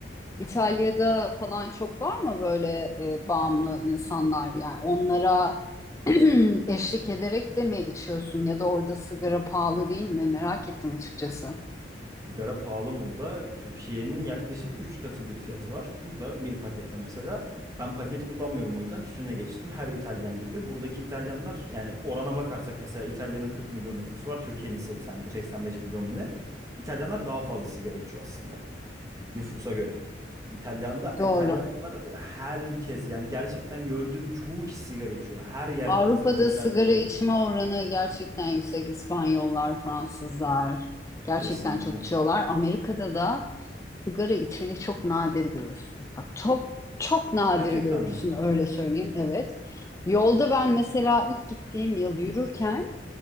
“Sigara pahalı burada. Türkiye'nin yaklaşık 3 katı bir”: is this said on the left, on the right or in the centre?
Right